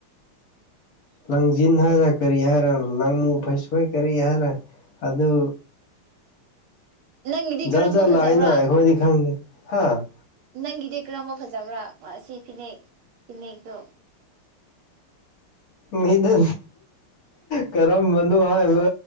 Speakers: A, on the left (about 50°); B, on the right (about 75°).
A: ꯂꯪꯖꯤꯟ ꯍꯥꯏꯔ ꯀꯔꯤ ꯍꯥꯏꯔ ꯂꯪ ꯃꯨ ꯐꯩꯁꯣꯏ ꯀꯔꯤ ꯍꯥꯏꯔ ꯑꯗꯨ
B: ꯅꯪꯒꯤꯗꯤ ꯀꯔꯝꯕ
A: ꯖꯥꯠ ꯖꯥꯠ
B: ꯐꯖꯕ꯭ꯔꯥ
A: ꯂꯥꯛꯅ ꯑꯩꯈꯣꯏꯗꯤ ꯈꯪꯗꯦ ꯍꯥꯥ
B: ꯅꯪꯒꯤꯗꯤ ꯀꯔꯝꯕ ꯐꯖꯕ꯭ꯔꯥ ꯑꯁꯤ ꯐꯤꯅꯦꯛ ꯐꯤꯅꯦꯛꯇꯣ
A: ꯃꯤꯗ ꯀꯔꯝꯕꯅꯣ ꯍꯥꯏꯕ